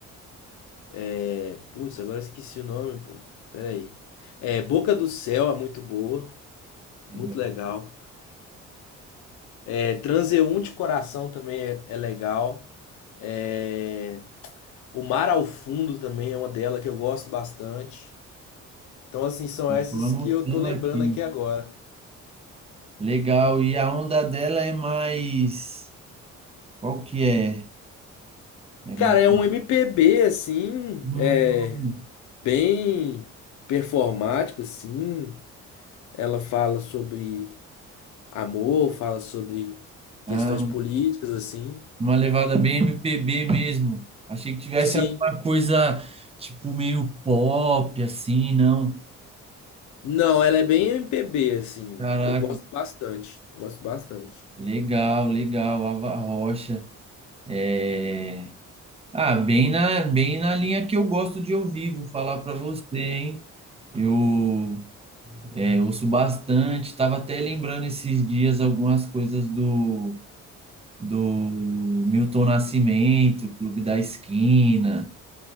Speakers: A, on the left; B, on the right.
A: é, putz, agora eu esqueci o nome, pô. Pera aí. É, Boca do Céu é muito boa,
B: legal.
A: muito legal. É, Transeunte Coração também é, é legal. É, O Mar ao Fundo também é uma dela que eu gosto bastante. Então, assim, são
B: Estou
A: essas
B: anotando
A: que eu tô lembrando
B: aqui.
A: aqui agora.
B: Legal. E a onda dela é mais. Qual que é? É mais.
A: Cara, é um MPB assim,
B: Hum,
A: é bem performático assim. Ela fala sobre amor, fala sobre
B: ah,
A: questões políticas assim.
B: Uma levada bem MPB mesmo. Achei que tivesse
A: Sim.
B: alguma coisa tipo meio pop, assim, não.
A: Não, ela é bem MPB assim.
B: Caraca,
A: Eu gosto bastante, gosto bastante.
B: legal, legal. Ava Rocha. É... Ah, bem na, bem na linha que eu gosto de ouvir, vou falar pra você, hein? Eu é, ouço bastante, tava até lembrando esses dias algumas coisas do, do Milton Nascimento, Clube da Esquina,